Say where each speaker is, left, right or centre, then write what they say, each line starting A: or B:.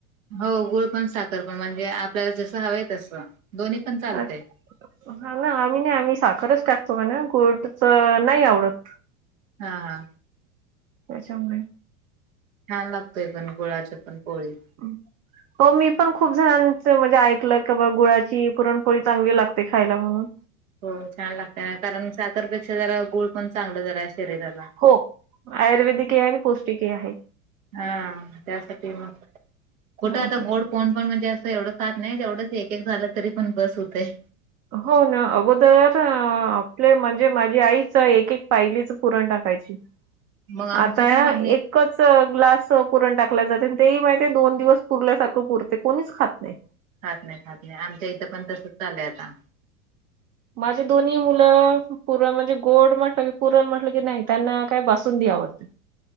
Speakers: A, on the right; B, on the right.
A: हो गुळ पण साखर पण म्हणजे आपल्याला जस हवं आय तस दोन्ही पण चालतय
B: हाना आम्ही नाय आम्ही साखरच टाकतो म्हणा गूडच नाही आवडत.
A: हा हा.
B: त्याच्यामुळे
A: छान लागतोय पण गुळाच पण पोळी.
B: <inaudible> हो मी पण खूप जणांच म्हणजे ऐकलं की बा गुळाची पुरणपोळी चांगली लागते खायला म्हणून.
A: हो छान लागते ना कारण साखरपेक्षा जरा गुळ पण चांगलं जरा शरीराला.
B: हो आयुर्वेदिक ही आहे आणि पौष्टिक ही आहे.
A: हा त्यासाठी म कुठं
B: हो
A: आता
B: का
A: गोड कोण पण म्हणजे असं एवढं खात नाय तेवढंच एक-एक झालं तरी पण बस होतय.
B: हो ना अगोदर आपले म्हणजे माझी आई एक-एक पायलीच पुरण टाकायची.
A: मग आमची
B: आता
A: पण
B: या
A: मम्मी
B: एक कच ग्लास पुरण टाकला जाते ते माहितिये दोन दिवस पुरल्या सारखं पुरते कोणीच खात नाय.
A: खात नाय खात नाय आमच्या इथं पण तसच चालय आता.
B: माझे दोन्ही मुलं पुरण म्हणजे गोड म्हटलं की पुरण म्हटलं की नाय त्यांना काय बासुंदी दवडते.